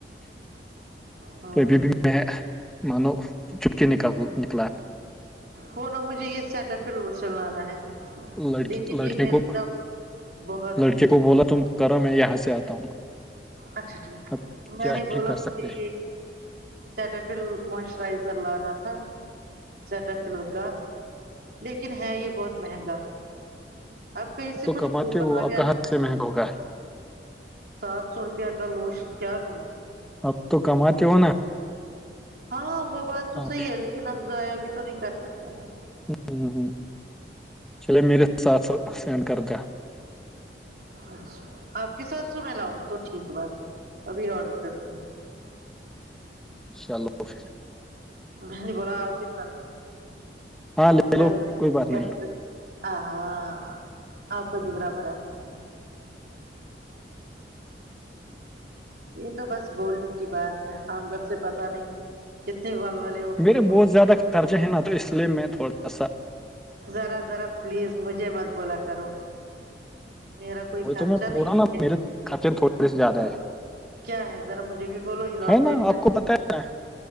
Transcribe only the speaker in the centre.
<inaudible>
تو ابھی بھی میں مانو چپ کے نک نکلا
لڑکی
لڑکے
کو
لڑکے کو بولا تم کرو م میں یہاں سے آتا ہوں
اب
کیا
ہی کر
سکتے اب
تو
کماتے
ہو
اب کہاں
سے مہنگا ہوگا
اب تو کماتے ہو نا
اوکے،
ہ ہ ہ چلے میرے سات س سینڈ کر دا
چلو پھر
ہاں لے
لو کوئی بات نہیں
میرے
بہت زیادہ خرچے ہیں نا تو اس لیے میں تھوڑا سا
وہی
تو میں
بول رہا ہ
نا
میرے خرچے تھوڑے سے زیادہ ہے
ہے نا
آپ کو
پتا ہے ن